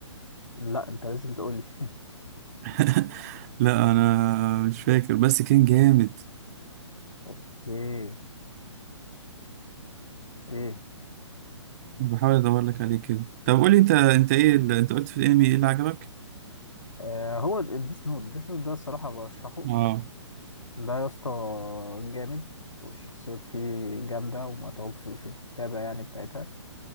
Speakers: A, on the left; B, on the right.
A: لا انت لازم تقول لي
B: <laughs> لا انا مش فاكر بس كان جامد
A: <laughs> اوكي ايه
B: بحاول ادور لك عليه كده طب قول لي انت انت ايه اللي انت قلت في الانمي ايه اللي عجبك
A: آه هو الديس نوت الديس نوت ده الصراحه برشحه
B: اه
A: ده يا اسطى جامد والشخصيات فيه جامده ومتعوب في في الكتابه يعني بتاعتها